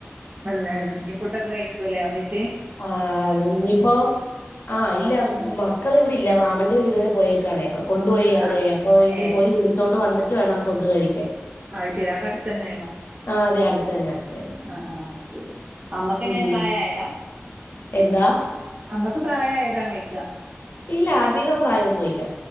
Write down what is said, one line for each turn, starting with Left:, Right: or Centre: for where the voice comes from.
Right: വന്നീന് ഇനി ഫുഡൊക്കെ കഴിക്കൂല്ലേ ഒന്ന്ച്ചേ
Left: ആഹ് അത് ഇനിയിപ്പോ ആഹ് ഇല്ല മക്കൾ ഇവിടെ ഇല്ല മാമന്റെ വീട് വരെ പോയ ക്കാണേ കൊണ്ടുപോയി അവരെ
Right: ആഹ്
Left: അപ്പൊ ഇനി
Right: ഏഹ്
Left: പോയി വിളിച്ചോണ്ട് വന്നിട്ട് വേണം ഫുഡ് കഴിക്കാൻ
Right: അയ് ശരി അവിടെ അടുത്ത തന്നെ ആണോ
Left: ആ അതെ അടുത്ത് തന്നെ അടുത്ത് തന്നെ
Right: ആഹ് ആഹ് ശരി അമ്മക്ക് എങ്ങനെ
Left: ഉം
Right: പ്രായമായതാ
Left: എന്താ
Right: അമ്മക്ക് പ്രായമായതാണ് ചോയ്ക്ക
Left: ഇല്ല അധികം പ്രായം ഒന്നും ഇല്ല